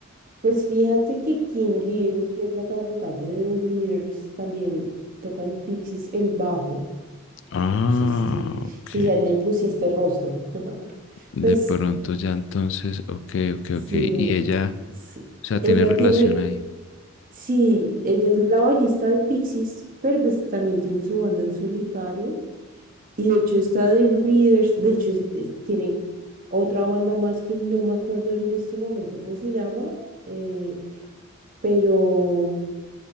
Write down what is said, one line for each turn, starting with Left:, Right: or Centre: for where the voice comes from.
Right: Pues fíjate que Kim Deal, que es la cantante de The Breeders, también toca en Pixies el bajo.
Left: Ah,
Right: No sé si,
Left: ok.
Right: si ya le pusiste rostro. <laughs>
Left: De
Right: Pues
Left: pronto ya entonces, ok, ok,
Right: sí,
Left: ok. Y ella,
Right: sí.
Left: o sea, tiene
Right: Ella
Left: relación
Right: tiene
Left: ahí.
Right: Sí, ella es la bajista de Pixies, pero pues también tiene su banda en solitario. Y de hecho está de Breeders, de hecho es- es- tiene otra banda más que no me acuerdo en este momento cómo se llama, eh, pero